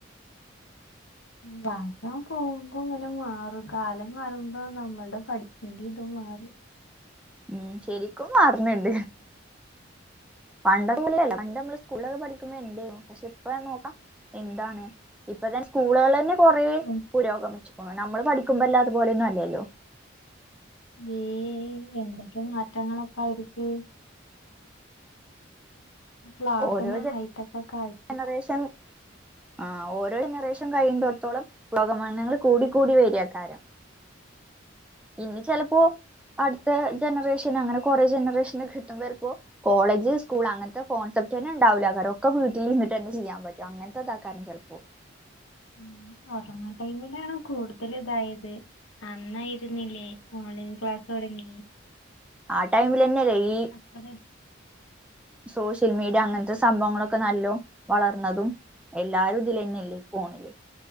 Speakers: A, on the left (about 75°); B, in the centre.
A: വഷ പോകുമ്പോ ഇങ്ങനെ മാറും കാലം മാറുമ്പോ നമ്മളുടെ പഠിപ്പിന്റെറെ ഇതും മാറും.
B: ഉം ശരിക്കും മാറിന്ന്ണ്ട് പണ്ട കലല്ല പണ്ട് നമ്മള് സ്കൂളക്കെ പഠിക്കുമ്പോ എന്തനു പക്ഷെ ഇപ്പ നോക്കാം എന്താണ്. ഇപ്പം തന്നെ സ്കൂളുകള് തന്നെ കൊറേ
A: ഉം
B: പുരോഗമിച്ചു ഇപ്പം നമ്മള് പഠിക്കുമ്പല്ല അതുപോലെയൊന്നും അല്ലല്ലോ
A: ഏയ് എന്തൊക്കെ മാറ്റങ്ങളൊക്കായിക്ക് ക്ലാസ്സ്
B: ഓരോ
A: തന്നെ ഹൈടെക്ക് ഒക്കെ ആയി
B: ജനറേഷൻ ആഹ് ഓരോ ജനറേഷൻ കഴിയുന്നിടത്തോളം <unintelligible> കൂടി കൂടി വരിയാക്കാരം ഇനി ചിലപ്പോ അടുത്ത ജനറേഷൻ അങ്ങനെ കൊറേ ജനറേഷൻനെ കിട്ടുമ്പോ ചിലപ്പോ കോളേജ് സ്കൂൾ അങ്ങനത്തെ കോൺസെപ്റ്റ്ന്നെ ഉണ്ടാവില്ല അവരൊക്കെ വീട്ട വിട്ട്ന്നെ ചെയ്യാൻ പറ്റോ അങ്ങനത്തെ ഇതാക്കാരണം ചിലപ്പോ.
A: ആ കൊറോണ ടൈമിലാണ് കൂടുതല് ഇതായത് അന്ന് പഠിക്കുന്നില്ലേ ഓൺലൈൻ ക്ലാസ് തുടങ്ങി
B: ആ ടൈമിൽ തന്നെയല്ലേ ഈ
A: അപ്പ
B: സോഷ്യൽ മീഡിയ അങ്ങനത്തെ സംഭവങ്ങളൊക്കെ നല്ലോ വളർന്നതും എല്ലാരും ഇതില് തന്നെയല്ലേ ഈ ഫോണില്